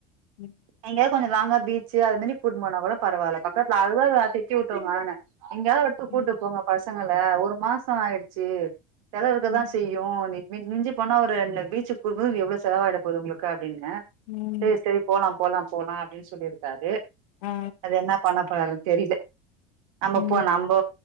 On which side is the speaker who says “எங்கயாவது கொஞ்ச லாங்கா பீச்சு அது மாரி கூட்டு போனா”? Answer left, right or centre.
Right